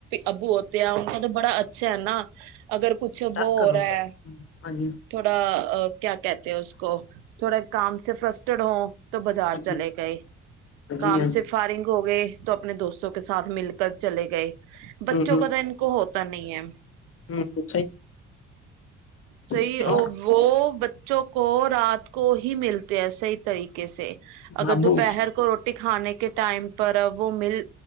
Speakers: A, on the right; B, on the left.
A: ابو ہوتے ہیں <inaudible> کہ بڑا اچھا ہے نا اگر کچھ
B: ٹاسک
A: وہ ہوا
B: کر رہو ہاں جی
A: تھوڑا کیا کہتے ہیں اس کو <inaudible> کام سے فرسٹرڈ ہوں تو بازار
B: ہاں
A: چلے
B: جی
A: گئے
B: ہاں جی
A: کام
B: ہاں
A: سے فائرنگ ہو گئے تو اپنے دوستوں کے ساتھ مل کر چلے گئے
B: جی
A: بچوں
B: ہ
A: کا تو ان کو ہوتا نہیں ہے
B: ہ ہ
A: صی
B: صحیح
A: وہ بچوں کو رات ہی ملتے ہیں صحیح طریقے سے اگر
B: ابو
A: دوپہر کو روٹی کھانے کے ٹائم پر وہ مل